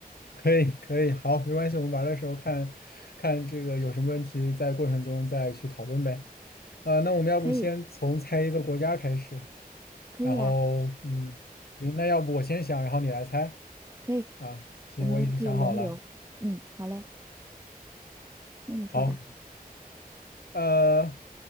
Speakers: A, on the left (about 85°); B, on the right (about 15°).
A: 可以，可以，好，没关系，我们玩的时候看看这个有什么问题，在过程中再去讨论呗。呃，那我们要不先从猜一个国家开始，
B: 可以，可以呀、
A: 然后嗯，行，那要不我先想，然后你来猜
B: 可以，
A: 啊？行，
B: 我们可以轮流。
A: 我已经想好了。
B: 嗯，好嘞，那你说吧。
A: 好，呃，